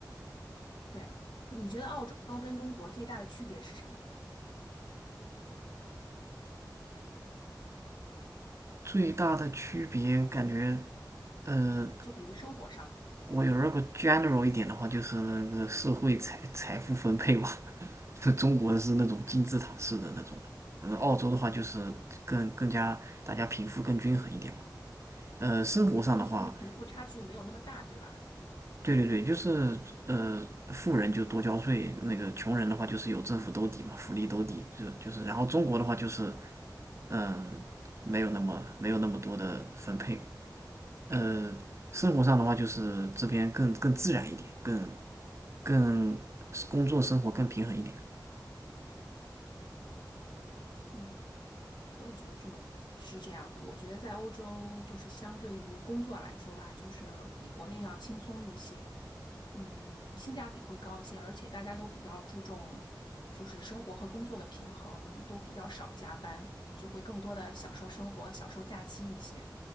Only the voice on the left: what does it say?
对。你觉得澳洲跟中国最大的区别是什么呀？
就比如生活上。
就是那边的贫富差距没有那么大，对吧？
嗯，我也觉得这么是这样的。我觉得在欧洲，就是相对于工作来说吧，就是比国内要轻松一些，嗯，性价比会高一些，而且大家都比较注重就是生活和工作的平衡，都比较少加班，就会更多的享受生活、享受假期一些。